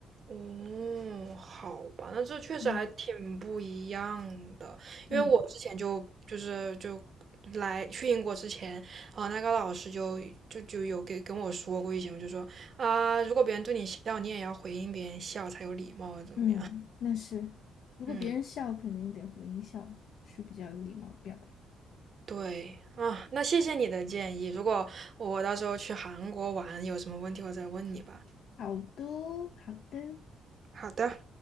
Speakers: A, on the right; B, on the left.
A: 哦，好吧，那这确实还挺不一样的，
B: 嗯嗯
A: 因为我之前就就是就来去英国之前，啊、那个老师就就就有给跟我说过一些我就说啊，如果别人对你笑，你也要回应别人笑才有礼貌，怎么样？
B: 嗯，那是，
A: <laughs>
B: 如果别人笑，
A: 嗯，
B: 肯定得回应笑，是比较有礼貌的表达。
A: 对啊，那谢谢你的建议，如果我到时候去韩国玩，有什么问题我再问你吧。
B: 好的，好的。
A: 好的。